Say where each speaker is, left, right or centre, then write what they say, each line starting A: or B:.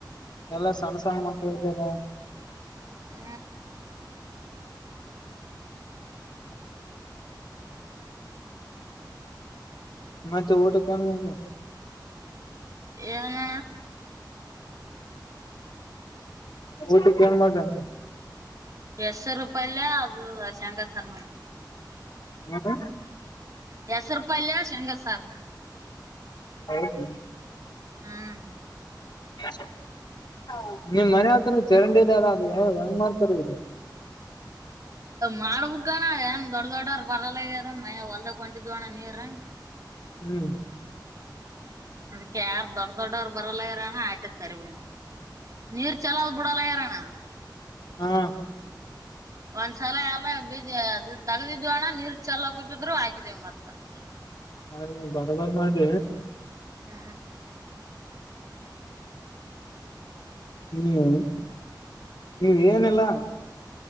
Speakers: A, on the left; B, on the right.
A: ಎಲ್ಲಾ ಸಣ್ಣ ಸಣ್ಣ ಮಕ್ಕಳು ಇದ್ದಾರೆ.
B: ಹ
A: ಮತ್ತ್ ಊಟ ತಗೊಂಡ್ ಹೋಗಿಲ್
B: ಏನಣ್ಣ
A: ಊಟ ಕೆನ್ ಮಾಡ್ದೆ ಅಂದೆ
B: ಹೆಸ್ರು ಪಲ್ಯ ಅದು ಶೇಂಗಾ ಸಾರ್ ಮಾಡ್ದ್ನಿ
A: ಹ್ಮ <unintelligible>
B: ಹೆಸರು ಪಲ್ಯ ಶೇಂಗಾ ಸಾರ್
A: ಹೌ ಹ್ಮ <unintelligible>
B: ಹ್ಮ್
A: <unintelligible> ನಿಮ್ ಮನೆ ಹತ್ತಿರಿ ಚರಂಡಿ ಬ್ಯಾರೆ ಅದೆ ಹೆಂಗ್ ಮಾಡ್ತಾರಿ ಇಗ್
B: ಮಾಡ್ಬುಕ್ಣ್ಣ ಏನ್ ದೊಡ್ಡ ದೊಡ್ಡರ್ ಬರಲ್ಲಗಾರ ಮಯ ಹೊಲ್ದ ಹೊಂಟಿದ್ವ ಅಣ್ಣ ನೀರ್ರ
A: ಹ್ಮ್
B: ಅದ್ ಯಾರ್ ದೊಡ್ಡ ದೊಡ್ಡವರು ಬರಲ್ಲಾರಣ ಆಟದ ತರಿಬನು ನೀರ್ ಚಲೋದ್ ಬಿಡಲ್ಲ ಯಾರಣ್ಣ
A: ಹಾ
B: ಒಂದ್ಸಲ ಎಲ್ಲ ಬೀಜ ಅದು ತಗದಿದ್ವಿ ಅಣ್ಣ ನೀರ್ ಚೆಲ್ಲ ಕುೂತಿದ್ರು ಹಾಕಿದೀವಿ ಮತ್ತತ್ <inaudible>
A: ಅ ಬರಬರ್ ಮಾಡದ
B: ಹ್ಮ
A: ಹ್ಮ್ ನೀವ ಏನೆಲ್ಲ